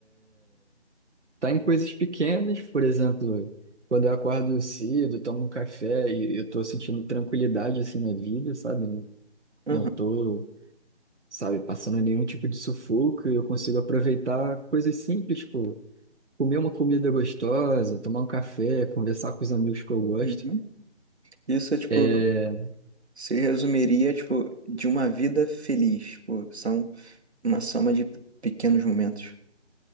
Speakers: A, on the right; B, on the right.
A: tá em coisas pequenas, por exemplo, quando eu acordo cedo, tomo um café e eu tô sentindo tranquilidade assim na vida, sabe? Não
B: Uhum.
A: não tô, sabe, passando nenhum tipo de sufoco e eu consigo aproveitar coisas simples, tipo, comer uma comida gostosa, tomar um café, conversar com os amigos que eu gosto.
B: Uhum. Isso, tipo,
A: É,
B: se resumiria, tipo, de uma vida feliz. Tipo, são uma soma de pequenos momentos.